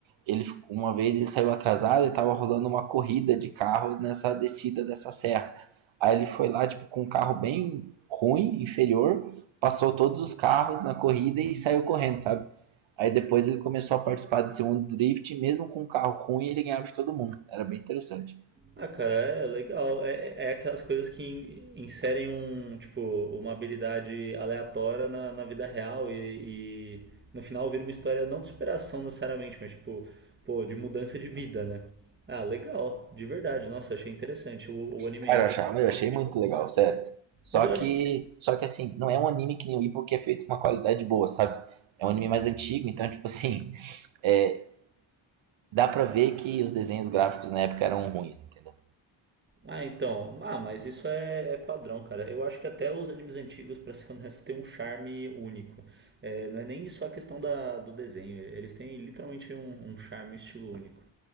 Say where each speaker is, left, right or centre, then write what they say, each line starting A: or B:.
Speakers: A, on the right; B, on the right.
A: Ele uma vez ele saiu atrasado e estava rolando uma corrida de carros nessa descida dessa serra. Aí ele foi lá tipo com um carro bem ruim, inferior, passou todos os carros na corrida e saiu correndo, sabe? Aí depois ele começou a participar desse mundo drift, e mesmo com um carro ruim, ele ganhava de todo mundo. Era bem interessante.
B: Ah, cara, é legal. É, é é aquelas coisas que in- inserem um, tipo, uma habilidade aleatória na, na vida real e, e no final vira uma história não de superação necessariamente, mas tipo, pô, de mudança de vida, né? Ah, legal, de verdade. Nossa, achei interessante o, o anime.
A: Cara, eu, achava, eu achei muito legal, sério. Só
B: Mas eu
A: que,
B: acho,
A: só que assim, não é um anime que nem o Ipo que é feito com uma qualidade boa, sabe? É um anime mais antigo, então, tipo assim, é, dá pra ver que os desenhos gráficos na época eram ruins, entendeu?
B: Ah, então. Ah, mas isso é, é padrão, cara. Eu acho que até os animes antigos, pra ser honesto, tem um charme único. É, não é nem só a questão da, do desenho. Eles têm literalmente um, um charme, um estilo único.